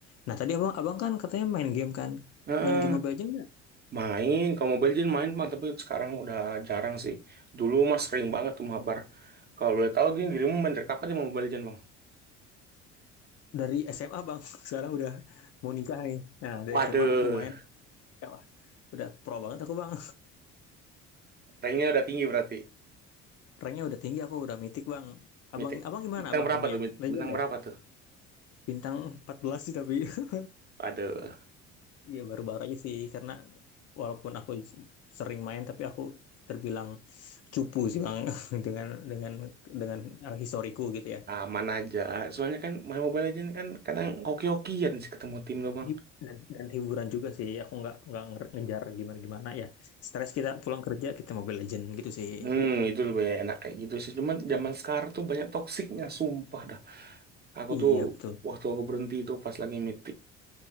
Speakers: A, on the left; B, on the right.
A: Nah tadi abang, abang kan katanya main game kan,
B: Heeh,
A: main game Mobile Legend nggak?
B: Main, kalau Mobile Legends main bang, tapi sekarang udah jarang sih. Dulu mah sering banget tuh mabar. Kalau boleh tahu, dia dirimu main dari kapan dia mau Mobile Legends bang?
A: dari SMA bang. <laughs> Sekarang udah mau nikah nih. Nah dari
B: Waduh,
A: SMA aku main, ya, wah, udah pro banget aku bang.
B: ranknya udah tinggi berarti.
A: Ranknya udah tinggi, aku udah mythic bang. Abang,
B: Mitik.
A: abang gimana
B: Bintang
A: abang
B: berapa
A: ranknya?
B: tuh? Bint-
A: Legend
B: Bintang berapa
A: ya?
B: tuh?
A: Bintang 14 sih tapi. <laughs>
B: Waduh,
A: Iya baru-baru aja sih, karena walaupun aku s- sering main, tapi aku terbilang cupu sih bang <laughs> dengan dengan dengan eh, historiku gitu ya.
B: aman aja. Soalnya kan main Mobile Legends kan kadang oke-okean sih ketemu tim tuh bang.
A: Hi- Dan, dan hiburan juga sih, aku nggak nggak nger- ngejar gimana-gimana ya. Stres kita pulang kerja kita Mobile Legend gitu sih.
B: Hmm, itu lebih enak kayak gitu sih. Cuman zaman sekarang tuh banyak toksiknya, sumpah dah. Aku
A: Iya
B: tuh
A: betul.
B: waktu aku berhenti itu pas lagi mitik.